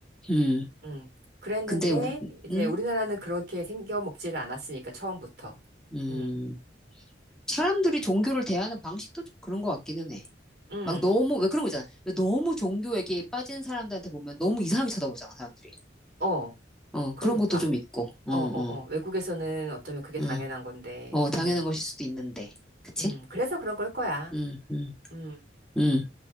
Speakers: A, in the centre; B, on the right.
A: 음.
B: 응. 그랬는데,
A: 근데, 우-
B: 이제
A: 음,
B: 우리나라는 그렇게 생겨 먹지를 않았으니까, 처음부터.
A: 음.
B: 응,
A: 사람들이 종교를 대하는 방식도 좀 그런 것 같기는 해.
B: 응,
A: 막 너무, 왜 그런 거 있잖아. 왜 너무 종교에게 빠진 사람들한테 보면 너무 이상하게 쳐다보잖아, 사람들이.
B: 어,
A: 어,
B: 그러니까.
A: 그런 것도 좀 있고. 응,
B: 어,
A: 응,
B: 어, 어. 외국에서는 어쩌면 그게 당연한
A: 응.
B: 건데,
A: 어, 당연한
B: 음,
A: 것일 수도 있는데. 그치?
B: 음. 그래서 그런 걸 거야.
A: 응, 응,
B: 음.
A: 응.